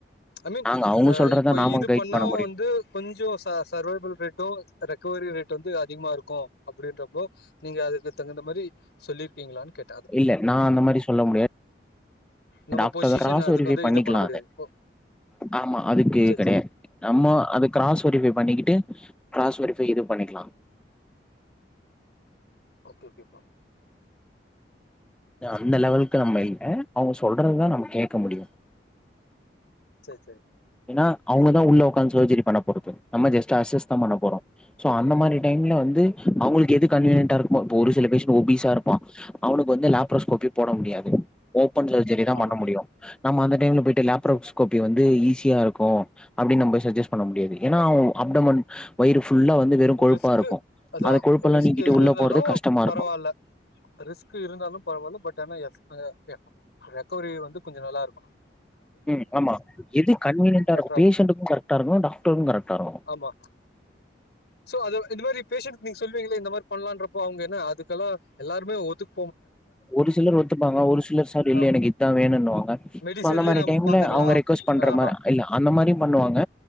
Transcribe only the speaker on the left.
ஐ மீன்
அ
இப்ப
இது
பண்ணா
வந்து கொஞ்சோ ச சர்வைபல் ரேட்டூ ரெக்கவரி ரேட் வந்து அதிகமா இருக்கூ அப்டின்றப்போ நீங்க அதுக்கு தகுந்த மாரி சொல்லிருக்கீங்களான்னு கேட்
நம்ம
பொசிஷன்
அதுக்கு
வந்து
இது பண்ண முடியாது
ஓ
சரி
சரி
ஓகே ஓகே ப்ரோ
செர் செரி
ஆமா
சரி
ரிஸ்கு
அதா
ரிஸ்க்
எது
இருந்தாலு
பரவால்ல
ரிஸ்க் இருந்தாலு பரவால்ல பட் ஆனா <unintelligible> ரெக்கவரி வந்து கொஞ்ச நல்லா இருக்குணு
பெட்டரா
ஆமா சோ அது இந்த மாரி பேஷன்ட் நீங்க சொல்லுவீங்கள இந்த மாரி பண்லான்றப்போ அவுங்க என்ன அதுக்கல்லா எல்லாருமே ஒத்துக்
அ
மெடிசன்லயே
நம்ம
பாத்துக்கலாம்.
ஆமா.